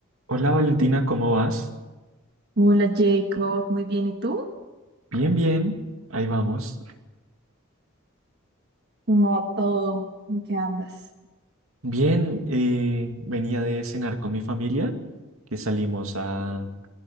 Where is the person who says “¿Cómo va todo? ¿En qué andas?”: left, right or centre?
Right